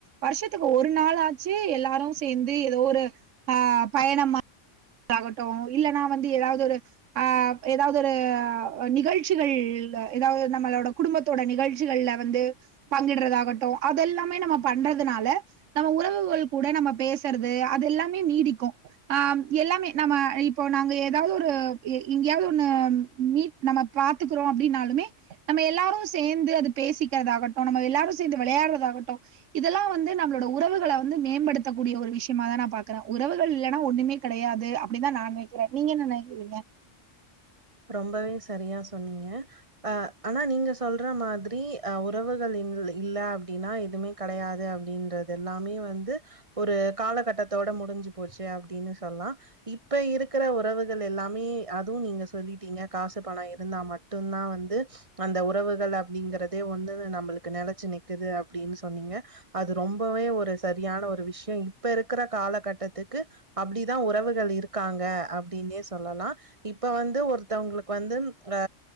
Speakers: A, on the right; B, on the right.
A: வருஷத்துக்கு ஒரு நாள் ஆச்சு எல்லா எல்லாரு சேந்து ஏதோ ஒரு ஆஹ் பயணமா யாகட்டு இல்லன்னா வந்து எதாவது ஒரு ஆஹ் எதாவது ஒரு நிகழ்ச்சிகள் எதாவது நம்மளோட குடும்பத்தோட நிகழ் கள்ள வந்து பங்கிடுறதாகட்டு அதெல்லாமே நம்ம பண்றதுனால நம்ம உறவுகள் கூட நம் நம்ம பேசுறது அது எல்லாமே நீடிக்கு அஹ் எல்லாமே நம்ம இப்போ நாங்க எதாவது ஒரு எங்கேயாவது ஒண்ணு மீட் நம்ம பாத்துக்குறோ அப்படின்னாலுமே நம்ம எல்லாரு சேந்து அது பேசிக்கிறதாகட்டு நம்ம எல்லாரு சேந்து விளையாடுறதாகட்டு இதெல்லா வந்து நம்மளோட உறவுகள வந்து மேம்படுத்த கூடிய ஒரு விஷயமா தா நா பாக்குற உறவுகள் இல்லன்னா ஒண்ணுமே கெடையாது அப்படிதா நா நெனைக்கிற நீங்க என்ன நெனைக்கிறீங்க
B: ரொம்பவே சரியா சொன்னீங்க ஆனா நீங்க சொல்ற மாதிரி அஹ் உறவுகள் இல்ல அப் டினா எதுவுமே கெடையாது அப்டின்றது எல்லாமே வந்து ஒரு காலகட்டத்தோட முடிஞ்சு போச்சு அப்டின்னு சொல்லா இப்ப இருக்குற உறவுகள் எல்லாமே அதுவு நீங்க சொ சொல்லிட்டீங்க காசு பணோ இருந்தா மட்டு தா வந்து அந்த உறவுகள் அப்படிங்கறதே வந்து நம்மளு க் நெலச்சு நிக்குது அப்டின்னு சொன்னீங்க அது ரொம்பவே ஒரு சரியான ஒரு விஷய இப்ப இருக்குற காலகட்டத்துக்கு அப்டிதா உறவுகள் இருக்காங்க அப்படின்னே சொல்லலா இப்ப வந்து ஒருத்தவங்களுக்கு வந்து ஆ